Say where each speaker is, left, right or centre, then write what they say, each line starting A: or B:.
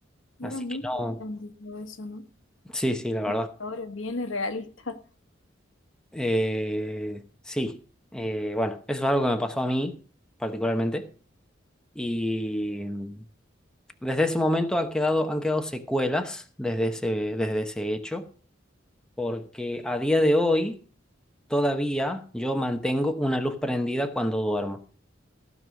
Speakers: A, on the left (about 80°); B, in the centre.
A: Era
B: Así
A: muy
B: que no,
A: impactante todo eso, ¿no?
B: sí, sí, la verdad.
A: Una historia bien realista, <laughs>
B: Eh, sí, Eh, bueno, eso es algo que me pasó a mí particularmente y mm, desde ese momento ha quedado, han quedado secuelas desde ese, desde ese hecho, porque a día de hoy todavía yo mantengo una luz prendida cuando duermo.